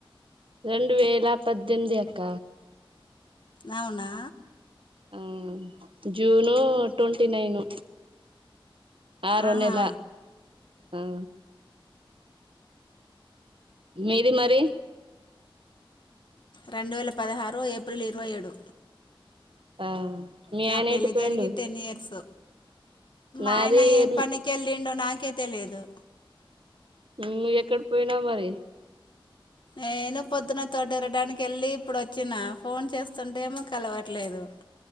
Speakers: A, on the right; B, on the left.
A: రెండు వేల పద్దెనిమిది అక్క
B: అవునా
A: ఆ జూను ట్వంటీ నైను ఆరో
B: ఆహా
A: నెల ఆ మీది మరి
B: రెండు వేల పదహారు ఏప్రిల్ ఇరవై ఏడు
A: ఆ మీ
B: నా
A: ఆయన
B: పెళ్లి
A: ఎటు పోయిండు
B: జరిగి టెన్ ఇయర్స్
A: నాది
B: ఆయన ఏం
A: ఎనిమి
B: పనికి వెళ్ళండో నాకే తెలియదు
A: ను ఎక్కడకి పోయినావు మరి
B: ఏ నేను పొద్దున్న తోటరడానికి వెళ్ళి, ఇప్పుడు వచ్చిన ఫోన్ చేస్తుంటేమో కలవట్లేదు.